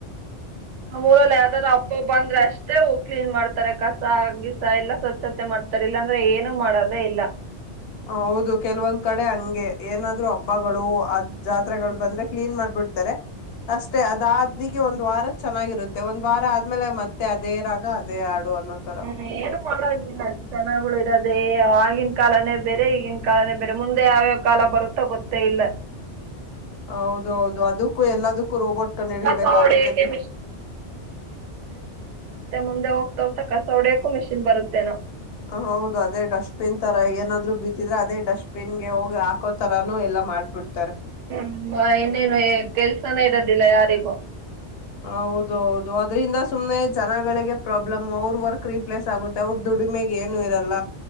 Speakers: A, on the right; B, on the left.
A: ಅವುರಲ್ ಯಾವ್ದಾದ್ರು ಅಪ್ರೂಪ ಅಂದ್ರೆ ಅಷ್ಟೆ. ಕ್ಲೀನ್ ಮಾಡ್ತಾರೆ ಕಸ ಆಗ್ಲಿ ಸ ಎಲ್ಲಾ ಸತ್ ಸತೇ ಮಾಡ್ತಾರೆ ಇಲ್ಲಂದ್ರೆ ಇಲ್ಲ.
B: ಹೌದು ಕೆಲವೊಂದ್ ಕಡೆ ಹಂಗೆ ಏನಾದ್ರು ಹಬ್ಬಗಳು ಅತ್ ಜಾತ್ರೆಗಳು ಬಂದ್ರೆ ಕ್ಲೀನ್ ಮಾಡ್ಬಿಡ್ತಾರೆ, ಅಷ್ಟೆ ಆದಾದಿಗೆ ಒಂದ್ ವಾರ ಚೆನಾಗಿರುತ್ತೆ, ಒಂದ್ ವಾರ ಆದ್ಮೇಲೆ ಮತ್ತೆ ಅದೇ ರಾಗ ಅದೇ ಹಾಡು. ಅನ್ನೋ
A: <unintelligible>
B: ತರ
A: ಜನಗಳಿರೋದೆ ಅಯ್ ಗಿನ್ ಕಾಲನೇ ಬೇರೆ ಈಗಿನ್ ಕಾಲ ಬೇರೆ ಮುಂದೆ ಯಾವ್ ಯಾವ್ ಕಾಲ ಬರುತ್ತೋ ಗೊತ್ತೇ ಇಲ್ಲ.
B: ಹೌದೌದು ಅದುಕ್ಕು ಎಲ್ಲಾದಕ್ಕು ರೋಬೋಟ್ ಕಂಡು ಹಿಡಿಬೇಕಾಗುತ್ತೆ
A: <unintelligible> ತ್ತೆ
B: ಬಿ
A: ಮುಂದೆ ಹೋಗ್ತಾ ಹೋಗ್ತಾ ಕಸ ಹೊಡೆಯೋಕು ಮಿಷಿನ್ ಬರುತ್ತೇನೋ.
B: ಹೌದು ಅದೇ ಡಸ್ಟ್ ಬಿನ್ ತರ ಏನಾದ್ರು ಬಿದ್ದಿದ್ರೆ ಅದೇ ಡಸ್ಟ್ ಬಿನ್ ಗೆ ಹೋಗಿ ಹಾಕೋ ತರನೂ ಎಲ್ಲಾ ಮಾಡ್ಬಿಡ್ತಾರೆ.
A: <unintelligible> ಇನ್ನೇನು ಕೆಲ್ಸನೇ ಇರೋದಿಲ್ಲ ಯಾರಿಗು.
B: ಹೌದು ಹೌದು ಅದ್ರಿಂದ ಸುಮ್ನೆ ಜನಗಳಿಗೇನೆ ಪ್ರಾಬ್ಲಂ ಅವ್ರ್ ವರ್ಕ್ ರಿಪ್ಲೇಸ್ ಆಗುತ್ತೆ ಅವ್ರ್ ದುಡಿಮೆಗೆ ಏನು ಇರಲ್ಲ.